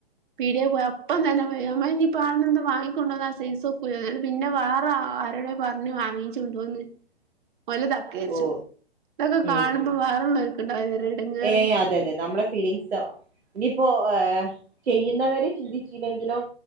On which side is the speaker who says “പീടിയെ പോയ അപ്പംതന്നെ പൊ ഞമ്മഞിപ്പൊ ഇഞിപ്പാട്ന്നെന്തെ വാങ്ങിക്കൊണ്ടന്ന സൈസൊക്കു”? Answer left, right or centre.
Right